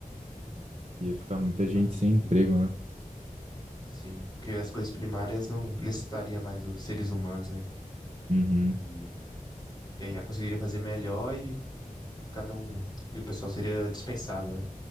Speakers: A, on the right; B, on the left.
A: Ia ficar muita gente
B: Aí,
A: sem emprego, né?
B: sim, porque as coisas primárias não necessitaria mais dos seres humanos, né?
A: Uhum.
B: E, e aí a I A conseguiria fazer melhor e, e cada um, e o pessoal seria dispensável. né?